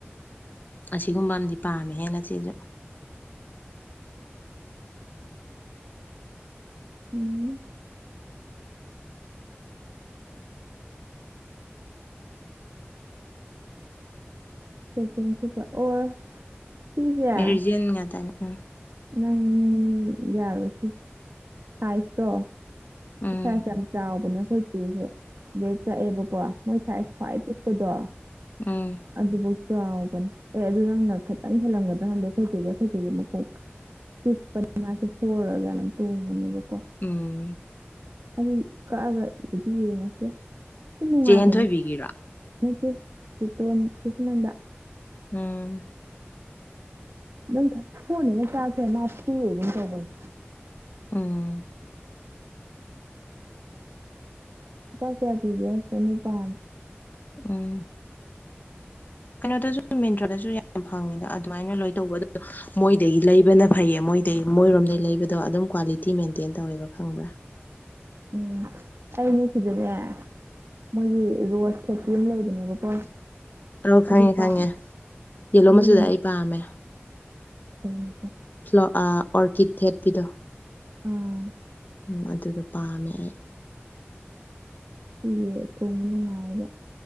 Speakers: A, on the left; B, on the right.
A: ꯑꯁꯤꯒꯨꯝꯕ ꯑꯃꯗꯤ ꯄꯥꯝꯃꯦ ꯍꯦ ꯅꯆꯦꯁꯨ
B: ꯎꯝ꯫ <inaudible> ꯁꯤꯁꯦ
A: ꯃꯦꯔꯤꯖꯤꯌꯟ ꯉꯥꯇꯅꯤ ꯑ꯫
B: ꯅꯪ ꯌꯥꯔꯣꯏꯁꯤ ꯁꯥꯏꯖꯇꯣ
A: ꯎꯝ
B: ꯁꯥꯏꯖ ꯌꯥꯝ ꯆꯥꯎꯕꯅꯦ ꯑꯩꯈꯣꯏ ꯆꯦꯁꯨ ꯗꯩ ꯀꯛꯑꯦꯕꯀꯣ꯫ ꯃꯣꯏ ꯁꯥꯏꯖ ꯈ꯭ꯋꯥꯏ ꯄꯤꯛꯄꯗꯣ
A: ꯎꯝ꯫
B: ꯑꯗꯨꯕꯧ ꯆꯥꯎꯕꯅꯦ ꯑꯦ ꯑꯗꯨ ꯅꯪꯅ ꯈꯤꯇꯪ ꯍꯦꯜꯂꯝꯒꯗ꯭ꯔꯥ ꯈꯪꯗꯦ ꯑꯩꯈꯣꯏ ꯆꯦꯗꯩ ꯑꯩꯈꯣꯏ ꯆꯦꯗꯤ ꯃꯈꯣꯡ
A: <inaudible>
B: ꯄꯤꯛꯄꯅꯤ ꯃꯥꯁꯦ ꯐꯣꯔꯔ ꯀꯌꯥ ꯅꯣꯝꯃ ꯇꯣꯡꯕꯅꯦꯕꯀꯣ꯫
A: ꯎꯝ꯫
B: ꯑꯗꯨ ꯀꯛꯑꯒ <unintelligible> ꯌꯦꯡꯉꯁꯦ꯫ ꯌꯥꯝ ꯅꯨꯡꯉꯥꯏꯕꯅꯦ
A: ꯆꯦ ꯍꯦꯟꯊꯣꯏꯕꯤꯒꯤꯔꯣ꯫
B: ꯅꯠꯇꯦ ꯆꯦꯇꯣꯟ ꯁꯤꯁꯅꯟꯗ꯫
A: ꯎꯝ꯫
B: <inaudible>
A: ꯎꯝ꯫
B: ꯂꯨꯄꯥ ꯀꯌꯥ ꯄꯤꯒꯦ ꯆꯅꯤꯄꯥꯟ꯫
A: ꯎꯝ꯫ ꯀꯩꯅꯣꯗꯁꯨ ꯃꯤꯟꯇ꯭ꯔꯣꯗꯁꯨ ꯌꯥꯝ ꯐꯪꯉꯤꯗ ꯑꯗꯨꯃꯥꯏꯅ ꯂꯣꯏ ꯇꯧꯕ ꯑꯗꫭ ꯃꯣꯏꯗꯒꯤ ꯂꯩꯕꯅ ꯐꯩꯌꯦ ꯃꯣꯏꯗꯒꯤ ꯃꯣꯏꯔꯣꯝꯗꯩ ꯂꯩꯕꯗꯣ ꯑꯗꯨꯝ ꯀ꯭ꯋꯥꯂꯤꯇꯤ ꯃꯦꯟꯇꯦꯟ ꯇꯧꯋꯦꯕ ꯈꯪꯕ꯭ꯔꯥ꯫
B: ꯎꯝ ꯑꯩꯅꯦ ꯁꯤꯗꯅꯦ ꯃꯣꯏꯒꯤ ꯔꯣꯁ ꯊꯠꯄꯦꯤ ꯑꯃ ꯂꯩꯕꯅꯦꯕꯀꯣ
A: <unintelligible>
B: ꯑꯗꯨ
A: ꯈꯪꯉꯦ-ꯈꯪꯉꯦ
B: ꯄꯥꯝꯃꯦ
A: ꯌꯦꯂꯣ
B: ꯑꯗꯨꯗꯨꯝ
A: ꯃꯆꯨꯗꫭ ꯑꯩ ꯄꯥꯝꯃꯦ꯫
B: <inaudible>
A: ꯐ꯭ꯂꯣ ꯑ ꯑꯣꯔꯀꯤꯠ ꯊꯦꯠꯄꯤꯗꯣ꯫
B: ꯑꯥ꯫
A: ꯎꯝ ꯑꯗꯨꯗꯣ ꯄꯥꯝꯃꯦ ꯑꯩ꯫
B: ꯁꯤꯁꯦ ꯇꯣꯡꯕ ꯅꯨꯡꯉꯥꯏꯕ꯫